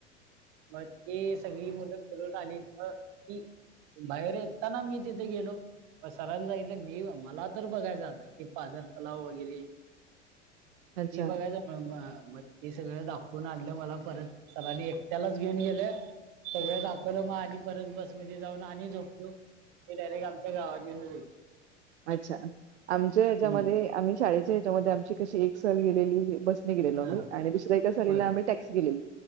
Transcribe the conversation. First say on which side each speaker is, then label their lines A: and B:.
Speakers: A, on the right; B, on the right.
A: मग त सगळी मुलं चलून आली की बाहेर यताना मी तिथे गेलो सरां जागलं मी मला तर बघायचं आता कि पाजर तलाव वगैरे
B: अच्छा
A: ते बघायचं म मग ते सगळं दाखवून आणलं मला परत सलानी एकट्यालाच घेऊन गेलं सगळे लाग ल मग आणि परत बसमध्ये जाऊन आणि झोपलो ते डायरेक्ट आमच्या गावात घेऊनचई
B: अच्छा आमच्या ह्याच्यामध्ये
A: हम्म
B: आम्ही शाळेच्या हच्यामध्ये आमची कशी एक सल गेलेली बस लो
A: हा
B: आ् द्या एका साला
A: बर
B: आम्ही टॅक्सी गे